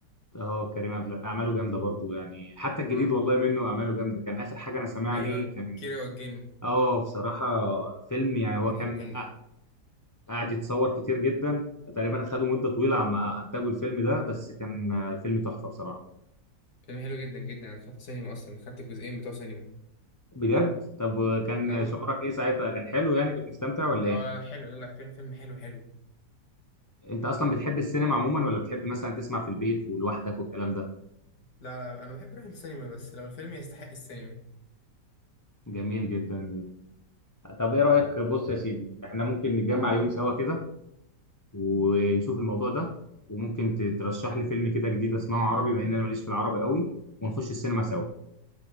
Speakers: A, on the left; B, on the left.
A: اه كريم عبد الع- اعماله جامده برضو يعني حتى الجديد
B: اه
A: والله منه اعماله جامده كان اخر حاجه انا سامعها
B: ايوه
A: ليه كان
B: كيرة والجن
A: اه بصراحه فيلم يعني هو
B: من
A: كان
B: من
A: قع- قاعد يتصور كتير جدا تقريبا خدوا مده طويله عما انتجوا الفيلم ده بس كان آه، فيلم تحفه بصراحه
B: فيلم حلو جدا جدا انا دخلت سينما اصلا دخلت الجزئين بتوع سينما
A: بجد طب كان
B: اه والله
A: شعورك ايه ساعتها كان حلو يعني كنت مستمتع ولا
B: اه
A: ايه
B: لا لا حلو لا لا فيلم فيلم حلو حلو
A: انت اصلا بتحب السينما عموما ولا بتحب مثلا تسمع في البيت ولوحدك والكلام ده
B: لا لا انا بحب اروح السينما بس لو الفيلم يستحق السينما
A: جميل جدا طب ايه رايك بص يا سيدي احنا ممكن نتجمع يوم سوا كده ونشوف الموضوع ده وممكن ت- ترشح لي فيلم كده جديد اسمعه عربي بما ان انا ماليش في العربي قوي ونخش السينما سوا